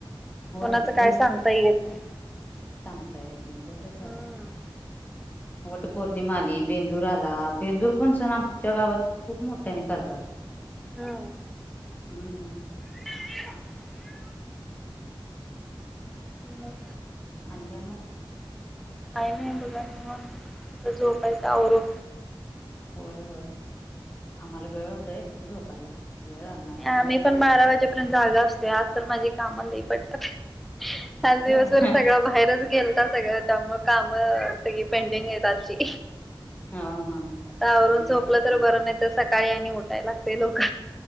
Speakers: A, on the left; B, in the centre.
A: होय
B: कोणाच
A: होय
B: काय
A: तेच
B: सांगता ये घेत नाही
A: सांगता येत नाही तसच झालं
B: हम्म
A: वट पौर्णिमा आली बेंदूर आला बेंदूर पण सण आमच्या गावात. खूप मोठ्याने करतात
B: हम्
A: हम्म
B: ह <inaudible> ह
A: आणि काय मग.
B: आई नाही बघा मग झोपायचं आवरून
A: होय होय आम्हाला वेळ होतोय झोपायला वेळ लागणार
B: आ
A: अजून
B: मही पण बारा वाजेपर्यंत जागा असतते आज तर माझी काम ल पडल्या.
A: ठीक
B: पाच दिवसभर
A: आहे
B: सगळं बाहेरच गेलता सगळं त्यामु काम सगळी पेंडिंग आहेत आजची
A: हा हा
B: आता आवरून
A: करून
B: झोपलं
A: घ्या करून
B: तर
A: घ्या
B: बरं नाही तर सकाळी आणि उठाय लागते लोक.